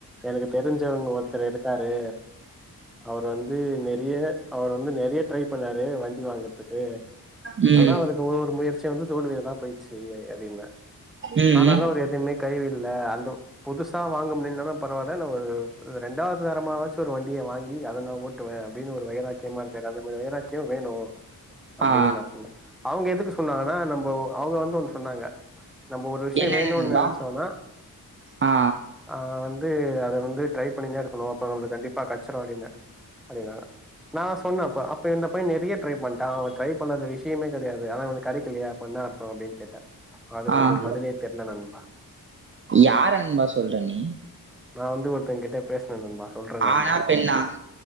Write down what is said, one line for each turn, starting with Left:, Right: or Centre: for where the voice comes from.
Centre: எனக்கு தெரிஞ்சவங் ஒருத்தர் இருக்காரு அவரு வந்து நெறிய அவுர் வந்து நெறிய ட்ரை பண்ணாரு வண்டி வாங்கற்துக்கு
Right: ம்
Centre: ஆனா அவுருக்கு ஒரு ஒரு முயற்சியு வந்து தோல்வில தா போய்ச்சு அப்டின்ன
Right: ம்
Centre: ஆனாலு
Right: ம்
Centre: அவுரு எதுமே கை விட்ல்ல அந்த புதுசா வாங்க முடில்னாலு பரவால்ல நா ஒரு ர ரெண்டாதரமாவாச்சு ஒரு வண்டிய வாங்கி அத நா ஓட்டுவ அப்டினு ஒரு வைராக்கியமா இருக்காரு அந்த மாரி வைராக்கியோ வேணு அப்டின்
Right: ஆ
Centre: நா சொன்ன அவுங்க எதுக்கு சொன்னாங்கன்னா நம்போ அவுங்க வந்து ஒண் சொன்னாங்க நம்ப ஒரு விஷ்யோ
Right: என்னென்ன
Centre: வேணூன்
Right: நண்பா
Centre: நென்ச்சோனா
Right: ஆ
Centre: ஆ வந்து அத வந்து ட்ரை பண்ணினே இருக்கணு அப்ப நம்ளுக்கு கண்டிப்பா கட்ச்சிறு அப்டின்ன அப்டினா நா சொன்னே அப்ப அப்ப இந்த பைய நெறிய ட்ரை பண்டா அவ ட்ரை பண்ணாத விஷியமே கெடயாது ஆனா இவனுக் கடைக்கலியே அப்பனா அர்த்தோ அப்டினு கேட்டே அதுல அவுங்களுக்கு
Right: ஆ
Centre: பதிலே தெரில நண்பா
Right: யார நண்பா சொல்ற நீ
Centre: நா வந்து ஒருத்தங்க கிட்ட பேசுனே நண்பா சொல்றே நண்பா
Right: ஆணா பெண்ணா